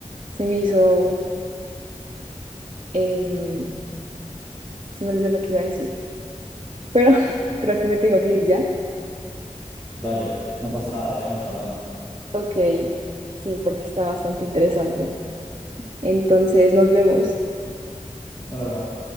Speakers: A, on the right; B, on the left.
A: se me hizo, em, se me olvidó lo que iba a decir, pero <laughs> creo que me tengo que ir ya.
B: Dale, no pasa nada, seguimos charlando.
A: Ok, sí, porque está bastante interesante. Entonces nos vemos.
B: Nos vemos.